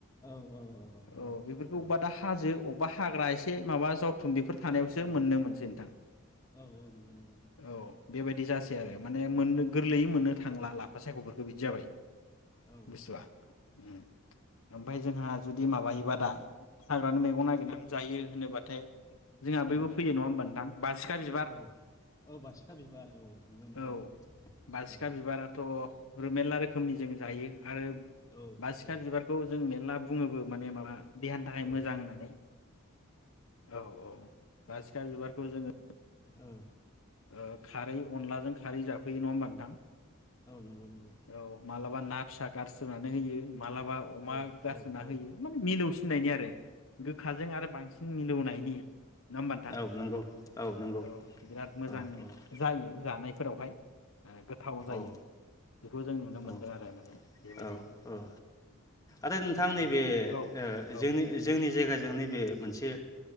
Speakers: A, on the left; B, on the left.
A: औ औ औ
B: अ बेफोरखौ
A: औ
B: दा हाजो। अबेबा हाग्रा एसे माबा जावथुम बेफोर। थानायावसो
A: औ औ
B: मोननो
A: नंगौ
B: मोनसै नोंथां
A: नंगौ औ औ औ औ
B: औ बेबाय। बि जासै
A: नंगौ औ
B: आरो माने मोन गोरलैयै
A: औ
B: मोननो
A: औ
B: थांला लाफा सायख' फोरखौ। गो बिदि जाबाय
A: औ
B: बुसुआ। ओ ओमफाय जोंहा। जुदि माबायोबा दा हाग्रानि मैगं नागिरनानै जायो होनोबाथाय। जोंहा
A: औ
B: बैबो फैयो नङाहोमबा नोंथां। बासिखा बिबार
A: औ औ बासिखा बिबार औ नंगौ नंगौ
B: औ बासिखा
A: औ
B: बिबाराथ' मेरला रोखोमनि जों जायो आरो।
A: औ
B: बा सिखा
A: औ
B: बिबारखौ जों मेर्ला बुङोबो माने माबा। देहानि थाखाय
A: औ
B: मोजां होननानै औ- औ -बसिखा बिबार। बे खौ जोङो।
A: औ
B: ओ खारै अनलाजों ख। खारै जाफैयो नङा होमबा नोंथां
A: नंगौ नंगौ
B: औ मालाबा ना फिसा गारस सोमनानै होयो मालाबा अमा
A: औ
B: गारसोना
A: औ औ
B: होयो माने मिलौसिननायनि आरो गोखाजों आरो बांसिन मिलौनायनि नङा होमबा नथां
A: औ नंगौ औ नंगौ नंगौ
B: औ बिराद। मोजां
A: औ औ
B: जायो जानायफोरावहाय गोथाव जायो
A: औ
B: बेखौ जों नुनो मोनदों
A: औ
B: आरो माने बेबायदि
A: औ औ ओ आरो नोंथां
B: ओमफ्राय
A: नैबे
B: औ औ
A: जोंनि जोंनि जायगाजों नैबे मोनसे